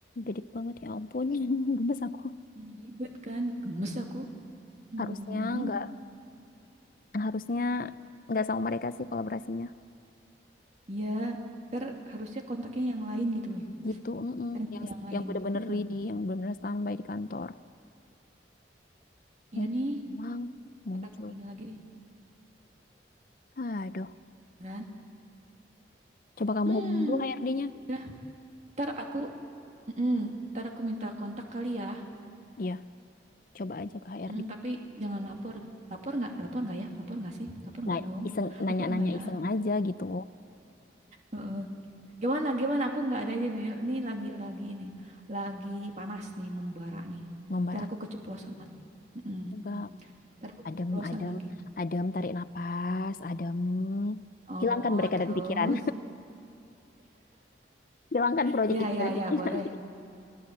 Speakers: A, on the left; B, on the right.
A: Gedik banget ya ampun, <laughs> gemes aku.
B: Ih, Ribet kan. Gemes aku. Hmm.
A: Harusnya nggak, harusnya nggak sama mereka sih kolaborasinya.
B: Iya, ter harusnya kontaknya yang lain gitu ya.
A: Gitu, mm-mm.
B: Ter minta
A: Yang
B: yang lain.
A: yang bener-bener
B: Heeh.
A: ready, yang bener-bener standby di kantor.
B: Iya
A: Ini
B: nih,
A: emang muncul.
B: ntar aku ini lagi nih.
A: Aduh,
B: Beneran.
A: coba kamu
B: Hmm.
A: hubungi dulu HRD-nya.
B: Ya udah, ntar aku mm, ntar aku minta kontak kali ya.
A: Iya, coba aja ke HRD.
B: Mm, tapi jangan lapor. Lapor nggak? Lapor nggak ya? Lapor nggak sih? Lapor nggak
A: Nah,
B: dong?
A: iseng nanya-nanya
B: Lapor nggak ya?
A: iseng aja gitu.
B: Heeh. Gimana? Gimana? Aku nggak ada ide nih. Ini lagi lagi ini. Lagi panas nih, membara nih.
A: Ngombar
B: Ntar
A: aku
B: aku keceplosan lagi. Mm,
A: enggak.
B: Ntar aku
A: Adem,
B: keceplosan
A: adem,
B: lagi.
A: adem, tarik napas, adem.
B: Oh,
A: Hilangkan mereka
B: terus?
A: dari pikiran. <laughs> Hilangkan proyek
B: Ya,
A: itu
B: ya,
A: dari
B: ya,
A: pikiran.
B: boleh.